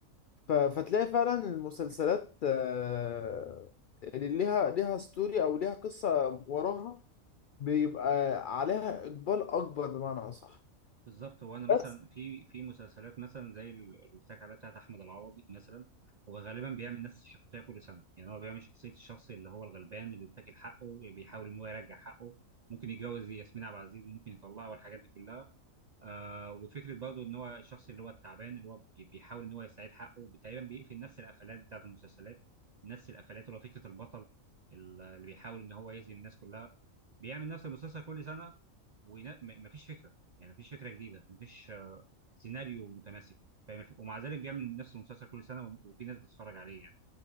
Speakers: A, on the left (about 85°); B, on the right (about 65°).
A: ف- فتلاقي فعلا المسلسلات آه، اللي ليها ليها ستوري او ليها قصة وراها بيبقى عليها اقبال اكبر بمعنى اصح
B: بالظبط هو أنا مثلا
A: بس
B: في في مسلسلات مثلا زي ال- اللي قلت لك عليها بتاعت أحمد العوضي مثلا هو غالبا بيعمل نفس الشخصية كل سنة يعني هو بيعمل شخصية الشخص اللي هو الغلبان اللي بيتاكل حقه اللي بيحاول إن هو يرجع حقه ممكن يتجوز ياسمين عبد العزيز ممكن يطلعها والحاجات دي كلها آه وفكره برضه ان هو الشخص اللي هو التعبان اللي هو بي- بيحاول ان هو يستعيد حقه تقريبا بيقفل نفس القفلات بتاعت المسلسلات نفس القفلات اللي هو فكره البطل ال- اللي بيحاول ان هو يهزم الناس كلها بيعمل نفس المسلسل كل سنه ومفيش فكره يعني مفيش فكره جديده مفيش آه، سيناريو متماسك فاهم الف- ومع ذلك بيعمل نفس المسلسل كل سنه و- وفي ناس بتتفرج عليه يعني